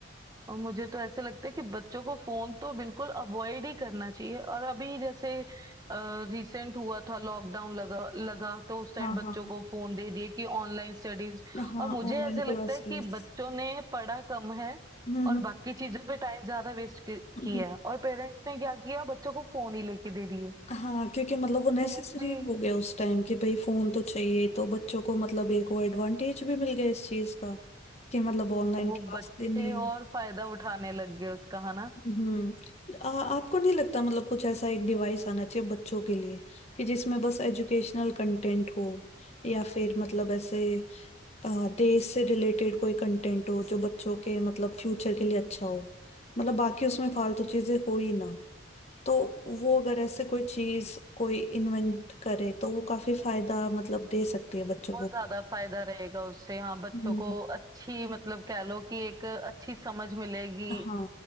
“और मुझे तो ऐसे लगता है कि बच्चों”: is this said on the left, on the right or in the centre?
Right